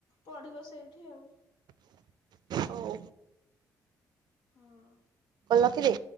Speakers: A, on the left; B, on the right.
A: ପଢିବ ସେଇଠି ଆଉ
B: ହଉ।
A: ହଁ।
B: ରଖି ଦେ।